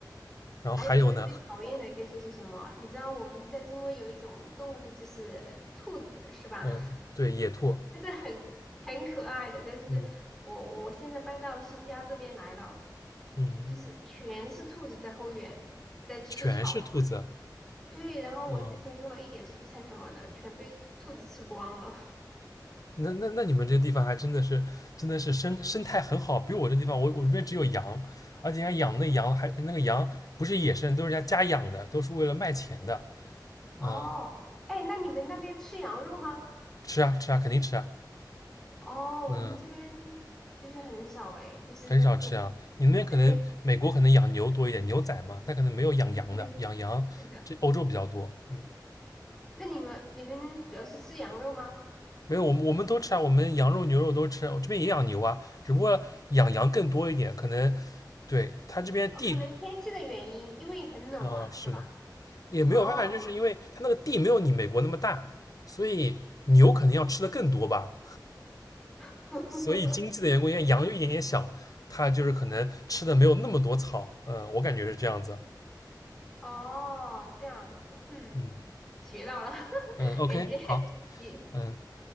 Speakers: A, on the left; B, in the centre.
A: 然后还有呢，
B: 还有一个最讨厌的一个就是什么？你知道我们在中国有一种动物就是兔子，是吧？
A: 嗯，对，野兔，
B: 但是很很可爱的。但是我我现在搬到新家这边来了，
A: 嗯嗯，
B: 就是全是兔子在后院在吃草什么。
A: 全是兔子。
B: 对，然后我之前种了一点蔬菜什么的，
A: 嗯，
B: 全被兔子吃光了。
A: 那那那你们这地方还真的是真的是生生态很好，比我这地方，我我这边只有羊，而且人家养的羊还那个羊不是野生，都是人家家养的，都是为了卖钱的。
B: <laughs> 哦，
A: 嗯，
B: 哎，那你们那边吃羊肉吗？
A: 吃啊吃啊，肯定吃啊。
B: 哦，
A: 嗯。
B: 我们这边就是很少哎，就是除非去
A: 很少吃啊。你那边可能美国可能养牛多一点，
B: 对
A: 牛仔嘛，它可能没有养羊的，
B: 对对对，
A: 养羊这欧洲比较多。
B: 是的。
A: 嗯，
B: 那你们你们主要是吃羊肉吗？
A: 没有，我们我们都吃啊，我们羊肉、牛肉都吃，我这边也养牛啊，只不过养羊更多一点，可能对他这边地
B: 哦，可能天气的原因，因为很冷嘛，
A: 呃是吗？
B: 是吧？
A: 也没有办法，
B: 哦，
A: 就是因为他那个地没有你美国那么大，所以牛可能要吃的更多吧。
B: <laughs>
A: 所以经济的缘故，因为羊又一点点小，它就是可能吃的没有那么多草。嗯，我感觉是这样子。
B: 哦，这样子，嗯，
A: 嗯
B: 学到了，<laughs>
A: 嗯，OK，
B: 感觉
A: 好，
B: 你
A: 嗯。